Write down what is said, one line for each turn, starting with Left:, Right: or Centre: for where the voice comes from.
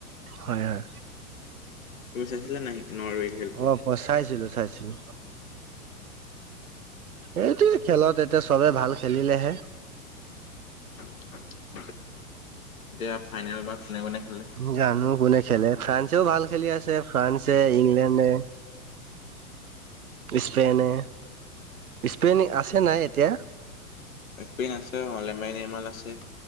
Right: হয়, হয়।
Left: তুমি চাইছিলানে নাই নৰৱে? খেলটো
Right: অ', <unintelligible> চাইছিলো চাইছিলো। এইটোয়ে খেলত এতিয়া চবে ভাল খেলিলেহে।
Left: <unintelligible> এতিয়া ফাইনেল বা কোনে-কোনে খেলে?
Right: জানো কোনে খেলে? ফ্ৰান্সেও ভাল খেলি আছে, ফ্ৰান্সে, ইংলেণ্ডে স্পেইনে, স্পেইন আছে নাই এতিয়া!
Left: স্পেইন আছে। <unintelligible> আছে।